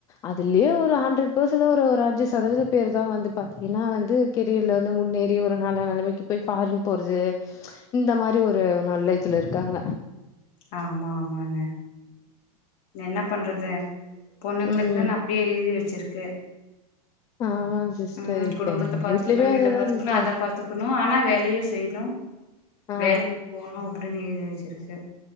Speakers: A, on the left; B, on the left.
A: அதுலயே ஒரு ஹண்ட்ரட் ப்பெர்சன்ல ஒரு ஒரு அஞ்சு சதவீத பேர் தா வந்து பாத்தீங்கன்னா வந்து கெரியர்ல வந்து முன்னேறி ஒரு நல்ல நெலமைக்கு போய் ஃபாரின் போறது இந்த மாரி ஒரு நல்ல இதுல இருக்காங்க
B: ஆமா ஆமாங்க என்ன பண்றது பொண்ணுங்களுக்குனு
A: ம்
B: அப்டியே எழுதி வச்சிரு கே
A: ஆமா சிஸ்டர்
B: ம்
A: இப்ப
B: குடும்பத்த
A: எங்க
B: பாத்துக்கணு
A: வீட்லயுமே
B: வீட்ட
A: அதேதா
B: பாத்துக்கணு
A: சிஸ்டர்
B: அத பாத்துக்கணு ஆனா வேலையு செய்ணு
A: ஆ
B: வேலைக்கு போணு அப்டின்னு எழுதிருக் வச்சிருக்கு